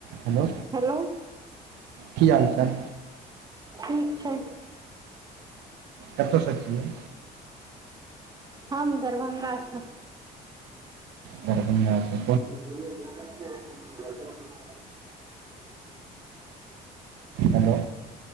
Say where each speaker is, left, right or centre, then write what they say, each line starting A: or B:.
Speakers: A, on the right (about 85°); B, on the right (about 25°).
A: Hello
B: hello
A: की हाल चाल
B: ठीक छै
A: कतऽ सऽ छियै
B: हम दरभंगासँ
A: दरभंगा सऽ
B: <inaudible>
A: हेलो